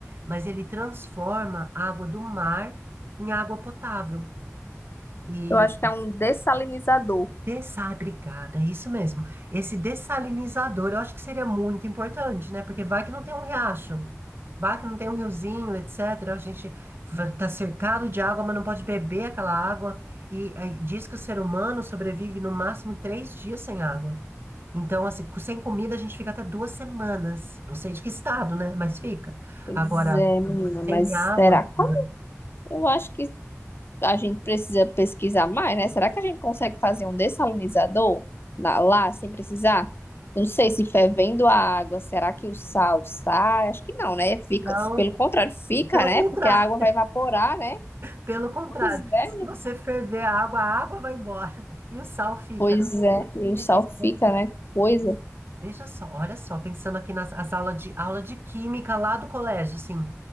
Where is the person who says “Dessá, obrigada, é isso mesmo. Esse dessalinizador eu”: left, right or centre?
Right